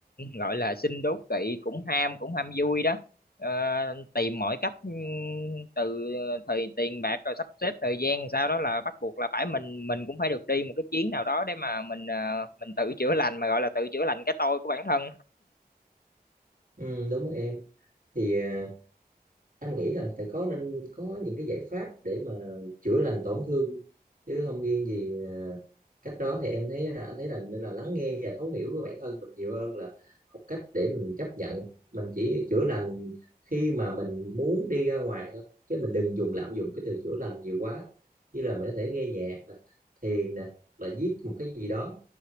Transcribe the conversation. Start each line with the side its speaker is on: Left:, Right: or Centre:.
Left: gọi là xin đố kỵ cũng ham cũng ham vui đó Ờ, tìm mọi cách ừm, từ thời tiền bạc rồi sắp xếp thời gian sau đó là bắt buộc là phải mình mình cũng phải được đi một cái chuyến nào đó để mà mình ờ, mình tự chữa lành mà gọi là tự chữa lành cái tôi của bản thân
Right: ừ, đúng rồi em thì à, anh nghĩ là phải có nên có những cái giải pháp để mà chữa lành tổn thương chứ không riêng gì à, cách đó thì em thấy là- anh thấy là nên là lắng nghe và thấu hiểu của bản thân mình nhiều hơn là học cách để mình chấp nhận mình chỉ chữa lành khi mà mình muốn đi ra ngoài thôi chứ mình đừng dùng lạm dụng cái từ chữa lành nhiều quá như là mình có thể nghe nhạc nè thiền nè là viết một cái gì đó